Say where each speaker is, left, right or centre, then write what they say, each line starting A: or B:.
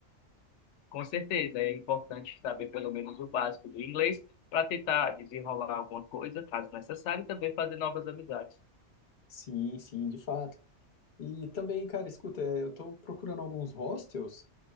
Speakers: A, on the left; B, on the left.
A: Com certeza, é importante saber pelo menos o básico do inglês para tentar desenrolar alguma coisa, caso necessário, e também fazer novas amizades.
B: Sim, sim, de fato. E também, cara, escuta, é, eu tô procurando alguns hostels.